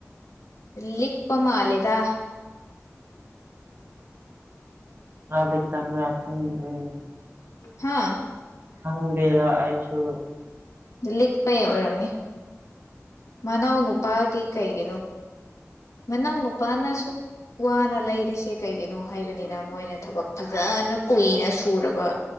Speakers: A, on the left; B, on the right.
A: ꯂꯤꯛꯄ ꯃꯥꯂꯦꯗꯥ
B: ꯂꯤꯛꯄ꯭ꯔꯥ ꯂꯤꯛꯇꯕ꯭ꯔꯥ ꯈꯪꯗꯦ
A: ꯍꯥꯥ
B: ꯈꯪꯗꯦꯕ ꯑꯩꯁꯨ
A: ꯂꯤꯛꯄꯩ ꯑꯣꯏꯔꯝꯅꯤ ꯃꯅꯥꯎ ꯅꯨꯄꯥꯒꯤ ꯀꯩꯒꯤꯅꯣ ꯃꯅꯥꯎ ꯅꯨꯄꯥꯅꯁꯨ ꯋꯥꯅ ꯂꯩꯔꯤꯁꯦ ꯀꯩꯒꯤꯅꯣ ꯍꯥꯏꯕꯅꯤꯗ ꯃꯣꯏꯅ ꯊꯕꯛ ꯐꯖꯅ ꯀꯨꯏꯅ ꯁꯨꯔꯒ